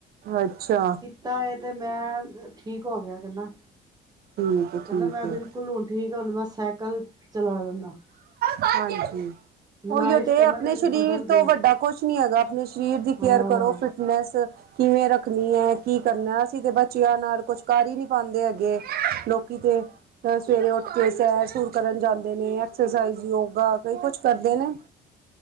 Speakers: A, on the right; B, on the right.
A: ਅੱਛਾ
B: ਤਾਂ ਇਹ ਤੇ ਮੈਂ ਠੀਕ ਹੋ ਗਿਆ ਕੈਂਦਾ
A: ਠੀਕ ਹੈ
B: ਕੈਂਦਾ
A: ਠੀਕ
B: ਮੈਂ
A: ਹੈ
B: ਬਿਲਕੁਲ ਹੁਣ ਠੀਕ ਆ ਹੁਣ ਮੈ ਸੈਕਲ ਚਲਾ ਲੈਂਦਾ
A: ਹਾਂਜੀ
B: ਲਾਈਫ
A: ਉਹੀਓ ਤੇ
B: ਕਹਿੰਦਾ
A: ਆਪਣੇ
B: ਮੇਰੀ
A: ਸਰੀਰ
B: ਬਦਲ ਗਈ
A: ਤੋਂ
B: ਮੇਰੀ
A: ਵੱਡਾ ਕੁਛ ਨੀ ਹੈਗਾ ਆਪਣੇ ਸਰੀਰ ਦੀ ਕੇਅਰ
B: ਹਾਂ
A: ਕਰੋ ਫਿਟ ਮੈਂਸ ਕਿਵੇਂ ਰੱਖਣੀ ਹੈ ਕੀ ਕਰਨਾ ਅਸੀਂ ਤੇ ਬੱਚਿਆਂ ਨਾਲ ਕੁਝ ਕਰ ਹੀ ਨੀ ਪਾਂਦੇ ਹੈਗੇ ਲੋਕੀ ਤੇ ਸਵੇਰੇ ਉੱਠ ਕੇ ਸੈਰ ਸੂਰ ਕਰਨ ਜਾਂਦੇ ਨੇ ਐਕਸਰਸਾਈਜ਼ ਯੋਗਾ ਕਈ ਕੁਝ ਕਰਦੇ ਨੇ